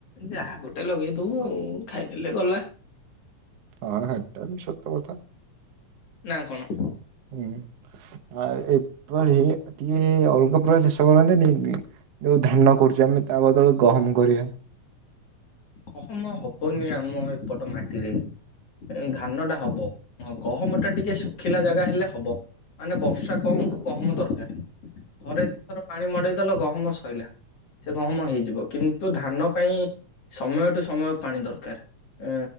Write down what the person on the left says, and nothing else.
ଯାହା ଗୋଟେ ଲଗେଇ ଦବୁ ଆଉ ଖାଇଦେଲେ ଗଲା।
ନା କଣ?
ଗହମ ହବନି ଆମ ଏପଟ ମାଟିରେ ଏଁ ଧାନ ଟା ହବ। ହଁ ଗହମ ଟା ଟିକେ ଶୁଖିଲା ଜାଗା ହେଲେ ହବ ମାନେ ବର୍ଷା କମକୁୁ ଗହମ ଦରକାର। ଥରେ ଦିଥର ପାଣି ମଡେଇଦେଲ ଗହମ ଶଇଲା। ସେ ଗହମ ହେଇଯିବ। କିନ୍ତୁ ଧାନ ପାଇଁ ସମୟ ଠୁ ସମୟ ପାଣି ଦରକାର। ଏ